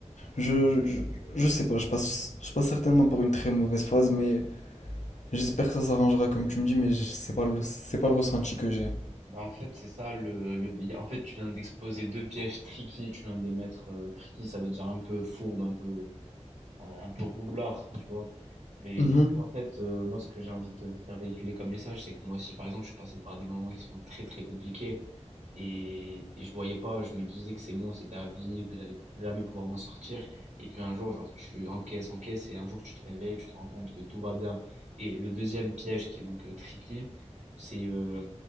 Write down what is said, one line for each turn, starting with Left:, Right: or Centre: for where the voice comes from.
Left: Je, je, je sais pas, je passe, je passe certainement par une très mauvaise phase, mais j'espère que ça s'arrangera comme tu me dis, mais je- c'est pas le, c'est pas le ressenti que j'ai.
Right: Bah, en fait, c'est ça, le, le- en fait, tu viens d'exposer deux pièges tricky, tu viens de les mettre euh, tricky, ça veut dire un peu fourbe, un peu un peu roublard, tu vois. Mais
Left: Mhm.
Right: du coup, en fait, euh, moi, ce que j'ai envie de te faire véhiculer comme message, c'est que moi aussi, par exemple, je suis passé par des moments qui sont très, très compliqués et, et je voyais pas, je me disais que c'est bon, c'était à vie, que j'allais jamais pouvoir m'en sortir. Et puis un jour, genre, tu encaisses, encaisses et un jour, tu te réveilles, tu te rends compte que tout va bien. Et le deuxième piège qui est donc euh, tricky, c'est euh,